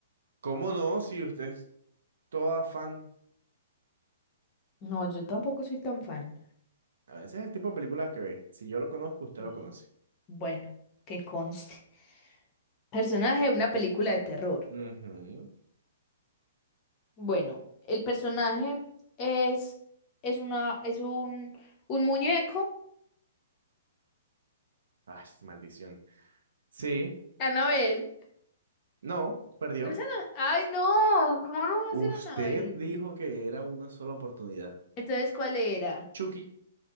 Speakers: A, on the right; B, on the left.
A: ¿Cómo no? Si usted es toda fan.
B: No, yo tampoco soy tan fan.
A: A veces es el tipo de películas que ve. Si yo lo conozco, usted
B: Y
A: lo conoce.
B: bueno, que conste. Personaje de una película de terror.
A: Ujú.
B: Bueno, el personaje es es una es un un muñeco,
A: Ah, maldición. Sí,
B: Anabel.
A: no, perdió.
B: No es Ana, ay no, ¿cómo no va
A: Usted
B: a ser Anabel?
A: dijo que era una sola oportunidad.
B: Entonces, ¿cuál era?
A: Chucky.